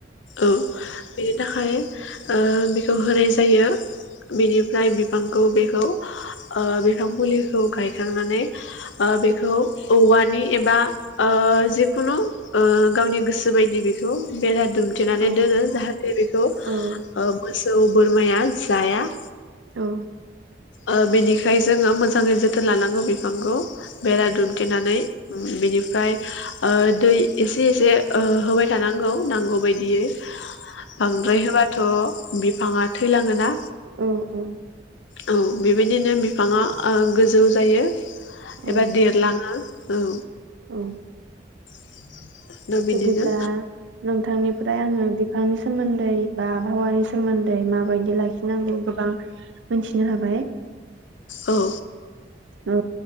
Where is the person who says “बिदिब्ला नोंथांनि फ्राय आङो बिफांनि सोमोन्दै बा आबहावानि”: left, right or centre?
Right